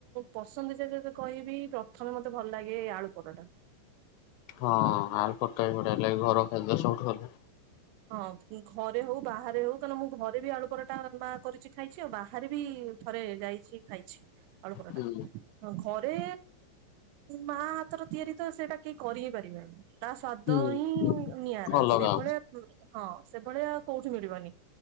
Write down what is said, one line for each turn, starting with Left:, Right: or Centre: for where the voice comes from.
Right: ପସନ୍ଦ ନ୍ତି ସେ ଯେବେ କହିବି। ପ୍ରଥମେ ମତେ ଭଲ ଲାଗେ ଏଇ ଆଳୁ ପରଟା
Left: ହଁ ଆଲୁପରଟା ବି ବଢିଆ ଲାଗେ ଘର ଖାଦ୍ୟ ସବଠୁ ଭଲ
Right: ହଁ ଘରେ ହଉ ବାହାରେ ହଉ କାରନ ମୁଁ ଘରେ ବି ଆଳୁ ପରାଟା କରିଛି ଖାଇଛି ଆଉ ବାହାରେ ବି ବି ଥରେ ଯାଇଛି ଖାଇଛି ଆଳୁପରଟା
Left: ହୁଁ
Right: ଘରେ ମା ହାତର ତିଆରି ତ ସେଇଟା କେହି କରି ହି ପାରିବେନି। ତା ସ୍ଵାଦ
Left: ହୁଁ
Right: ହିଁ ନିଆରା
Left: ଅଲଗା
Right: ସେଇଭଳିଆ ହଁ ସେ ଭଳିଆ ଆଉ କୋଉ ମିଳିବନି